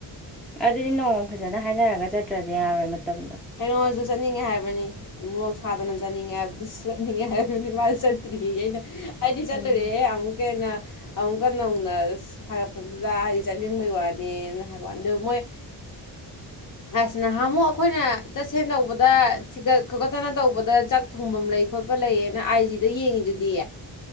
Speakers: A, in the centre; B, on the left.
A: ꯑꯗꯨꯗꯤ ꯅꯣꯡꯃ ꯐꯖꯅ ꯍꯥꯏꯅꯔꯒ ꯆꯠꯇ꯭ꯔꯗꯤ ꯌꯥꯔꯣꯏ ꯃꯇꯝꯗꯣ
B: ꯀꯩꯅꯣꯁꯨ ꯆꯠꯅꯤꯡꯉꯦ ꯍꯥꯏꯕꯅꯤ ꯃꯣꯛ ꯁꯥꯗꯅ ꯆꯠꯅꯤꯡꯉꯦ ꯍꯥꯏꯕ ꯆꯠꯅꯤꯡꯉꯦ ꯍꯥꯏꯕꯅꯤ ꯃꯥꯁꯨ ꯆꯠꯇ꯭ꯔꯤꯌꯦ ꯑꯩꯅ ꯑꯩꯗꯤ ꯆꯠꯂꯨꯔꯦꯍꯦ
A: ꯎꯝ
B: ꯑꯃꯨꯛꯀ ꯍꯦꯟꯅ ꯑꯃꯨꯛꯀ ꯅꯧꯅ ꯍꯥꯏꯒꯠꯄꯗꯨꯗ ꯑꯩ ꯆꯠꯅꯤꯡꯕꯩ ꯋꯥꯅꯦꯅ ꯍꯥꯏꯕ ꯋꯥꯅꯤ ꯑꯗꯨ ꯃꯣꯏ
A: ꯑ <inaudible>
B: ꯑꯁ ꯅꯍꯥꯃꯨꯛ ꯑꯩꯈꯣꯏꯅ ꯆꯠꯁꯦꯟ ꯇꯧꯕꯗ ꯊꯤꯒꯠ ꯈꯣꯀꯠꯇꯅ ꯇꯧꯕꯗ ꯆꯥꯛ ꯊꯣꯡꯕꯝ ꯂꯩ ꯈꯣꯠꯄ ꯂꯩꯌꯦꯅ ꯑꯥꯏ ꯖꯤꯗ ꯌꯦꯡꯉꯤꯗꯨꯗꯤ